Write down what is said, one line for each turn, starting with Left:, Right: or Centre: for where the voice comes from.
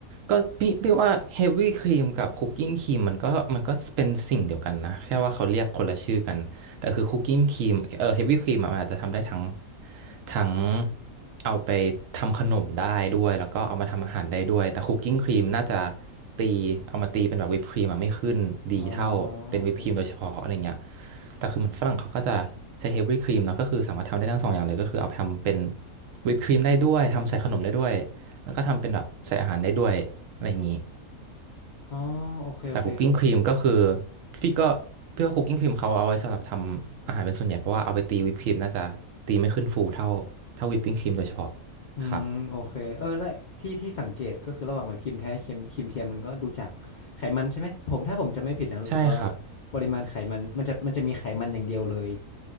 Right: ก็พี่พี่ว่าเฮฟวี่ครีมกับคุกกิ้งครีมมันก็มันก็เป็นสิ่งเดียวกันนะแค่ว่าเขาเรียกคนละชื่อกันแต่คือคุกกิ้งครีมเออเฮฟวี่ครีมมันอาจจะทำได้ทั้งทั้งเอาไปทำขนมได้ด้วยแล้วก็เอามาทำอาหารได้ด้วยแต่คุกกิ้งครีมน่าจะตีเอามาตีเป็นแบบวิปครีมอะไม่ขึ้นดีเท่าเป็นวิปครีมโดยเฉพาะอะไรเงี้ย
Left: อ๋อโอเค
Right: แต่คือเหมือนฝรั่งเขาก็จะใช้เฮฟวี่ครีมเนาะก็คือสามารถทำได้ทั้งสองอย่างเลยก็คือเอาไปทำเป็นวิปครีมได้ด้วยทำใส่ขนมได้ด้วย แล้วก็ทำเป็นแบบใส่อาหารได้ด้วยอะไรอย่างนี้
Left: อ๋อโอเคโอเค
Right: แต่คุกกิ้งครีมก็คือพี่ก็เพื่อคุกกิ้งครีมเขาเอาไว้สำหรับทำอาหารเป็นส่วนใหญ่เพราะว่าเอาไปตีวิปครีมน่าจะตีไม่ขึ้นฟูเท่าเท่าวิปปิ้งครีมโดยเฉพาะ
Left: อืมโอเคเออและที่ที่สังเกตก็คือระหว่างแบบครีมแท้ครีมครีมเทียมมันก็ดูจากไขมันใช่ไหมผมถ้าผมจะไม่ผิดนะรู้สึกว่า
Right: ครับใช่ครับ
Left: ปริมาณไขมันมันจะมันจะมีไขมันอย่างเดียวเลย